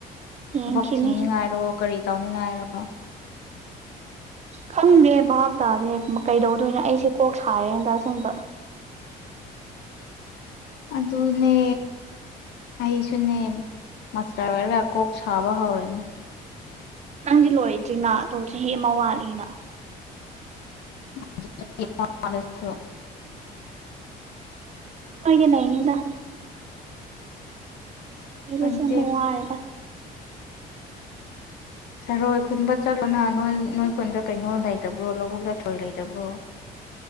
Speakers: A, on the left; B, on the right.
A: ꯊꯕꯛ
B: ꯌꯦꯡꯈꯤꯅꯤ
A: ꯊꯤꯅꯤꯡꯉꯥꯏꯔꯣ ꯀꯔꯤ ꯇꯧꯅꯤꯡꯉꯥꯏꯔꯣ
B: ꯈꯪꯗꯦ ꯚꯥꯞꯇꯥꯗꯦ ꯀꯩꯗꯧꯗꯣꯏꯅꯣ ꯑꯩꯁꯦ ꯀꯣꯛ ꯁꯥꯔꯦꯗ ꯑꯁꯦꯡꯕ
A: ꯑꯗꯨꯅꯦ ꯑꯩꯁꯨꯅꯦ ꯃꯁꯇꯔ ꯑꯣꯏꯔꯒ ꯀꯣꯛ ꯁꯥꯕ ꯍꯧꯔꯅꯤ
B: ꯅꯪꯗꯤ ꯂꯣꯏꯗ꯭ꯔꯤꯅ ꯆꯍꯤ ꯑꯃ ꯋꯥꯠꯂꯤꯅ
A: ꯑꯗꯨ ꯆꯍꯤ ꯑꯃꯥ ꯋꯥꯠꯂꯁꯨ
B: ꯑꯩꯗꯤ ꯂꯩꯅꯤꯗ ꯑꯩꯈꯣꯏꯗꯤ
A: <inaudible>
B: ꯑꯁꯦꯡꯕ ꯋꯥꯔꯦꯗ
A: ꯊꯔꯣꯏ ꯈꯨꯟꯕ ꯆꯠꯂꯣꯅ ꯅꯣꯏ ꯅꯣꯏ ꯈꯨꯟꯗ ꯀꯩꯅꯣ ꯂꯩꯇꯕ꯭ꯔꯣ ꯂꯧꯕꯨꯛꯇ ꯊꯔꯣꯏ ꯂꯩꯇꯕ꯭ꯔꯣ